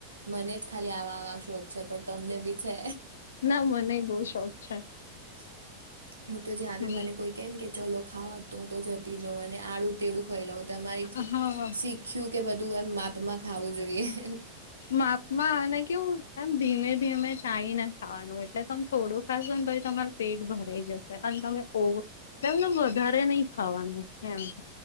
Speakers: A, on the right; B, on the left.
A: મને જ ખાલી આવા આવા શોખ છે, પણ તમને બી છે.
B: ના મનેય બહુ શોખ છે.
A: <inaudible> હું તો જ્યાં
B: હમ
A: બી મને કોઈ કેને કે ચલો ખાવા તું તો જતી જ રહું. અને આડું તેડું ખાઈ લઉં. તમારી
B: હાહા
A: શીખ્યું કે બધું એમ માપમાં ખાવું જોઈએ.
B: માપ માં અને કેવું એમ ધીમે ધીમે ચાઈને ખાવાનું એટલે તમે થોડું ખાશો ને પછી તમારે પેટ ભરાઈ જશે. અને તમે ઓવ <unintelligible> વધારે નહી ખાવાનું એમ.